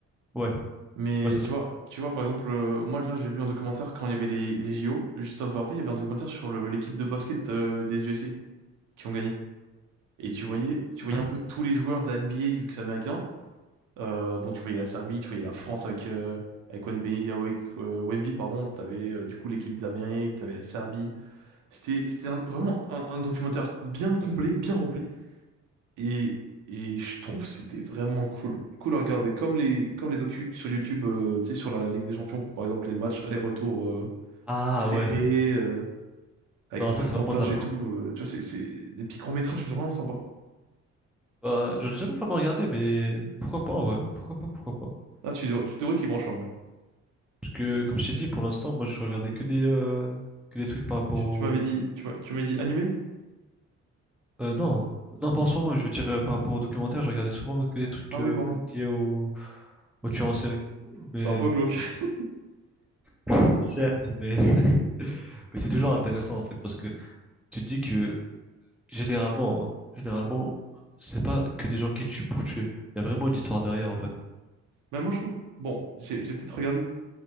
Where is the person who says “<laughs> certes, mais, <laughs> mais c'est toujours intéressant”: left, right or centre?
Centre